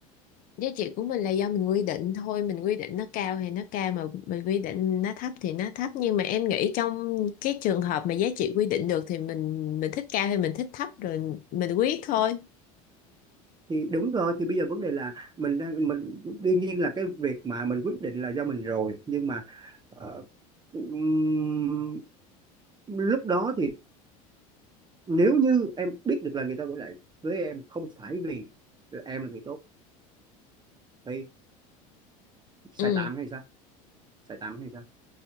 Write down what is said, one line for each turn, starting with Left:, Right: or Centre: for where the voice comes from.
Left: giá trị của mình là do mình quy định thôi mình quy định nó cao thì nó cao mà mình quy định nó thấp thì nó thấp nhưng mà em nghĩ trong cái trường hợp mà giá trị quy định được thì mình mình thích cao thì mình thích thấp rồi mình quyết thôi
Right: thì đúng rồi thì bây giờ vấn đề là mình đang mình đương nhiên là cái việc mà mình quyết định là do mình rồi nhưng mà ờ, ừm, lúc đó thì nếu như em biết được là người ta gọi lại với em không phải vì em là người tốt thì sai
Left: ừ
Right: tạm hay sao sai tạm hay sao